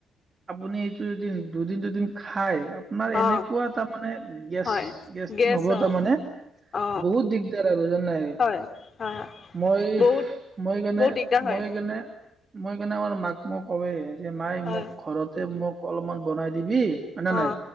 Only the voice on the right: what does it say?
আপুনি এইটো এদিন দুদিন-দুদিন খাই আপোনাৰ
এনেকুৱা তাৰমানে গেছ
হব
তাৰ মানে।
বহুত দিগদাৰ আৰু জানে?
মই,
মই কাৰণে,
মই কাৰণে মই কেনে কৰোঁ, মাক মই কঔৱে। যে মায়ে
মোক ঘৰতে মোক অলপমান বনাই দিবি হয় নে
নাই?